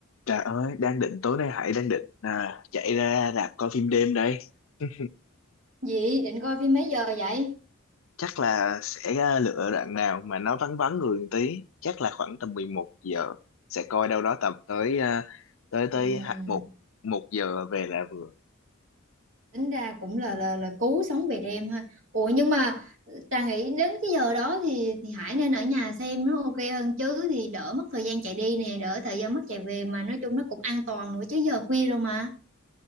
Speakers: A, on the left; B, on the right.
A: Trời ơi, đang định tối nay Hải đang định à, chạy ra rạp coi phim đêm đây. <laughs>
B: Dị định coi phim mấy giờ vậy?
A: Chắc là sẽ à, lựa đoạn nào mà nó vắng vắng người một tí, chắc là khoảng tầm 11 giờ sẽ coi đâu đó tầm tới à, tới tới
B: Ừm,
A: hạ- một một giờ về là vừa.
B: tính ra cũng là là là cứu sống về đêm ha. Ủa nhưng mà Trà nghĩ đến cái giờ đó thì thì Hải nên ở nhà xem nó ok hơn chứ thì đỡ mất thời gian chạy đi nè, đỡ thời gian mất chạy về mà nói chung nó cũng an toàn nữa chứ giờ khuya rồi mà.